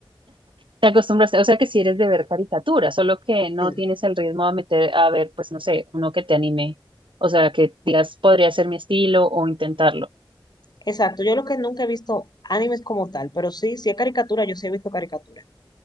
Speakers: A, on the right; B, on the left.
A: Te acostumbraste, o sea que si eres de ver caricaturas, solo que no
B: Sí,
A: tienes el ritmo a meter, a ver, pues no sé, uno que te anime. O sea, que digas, podría ser mi estilo o intentarlo.
B: exacto. Yo lo que nunca he visto animes como tal, pero sí, si es caricatura, yo sí he visto caricatura.